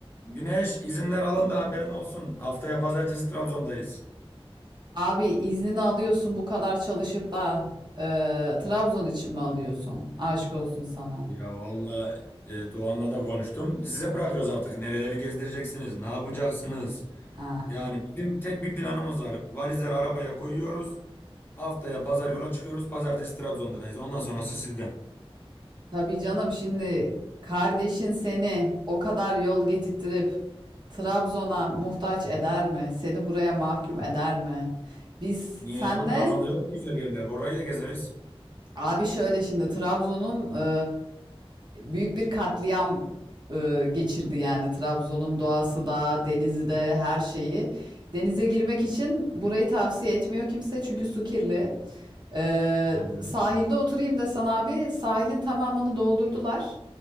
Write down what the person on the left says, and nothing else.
Güneş izinler alındı haberin olsun. Haftaya pazartesi Trabzon'dayız.
Ya valla e, Doğan'la da konuştum. Size bırakıyoruz artık. Nereleri gezdireceksiniz? Ne yapacaksınız?
Yani bizim tek bir planımız var. Valizleri arabaya koyuyoruz. Haftaya pazar yola çıkıyoruz. Pazartesi Trabzon'dayız. Ondan sonrası sizden.
Niye
ya? Trabzon'da yok mu güzel yerler? Orayı da gezeriz.
Hmm.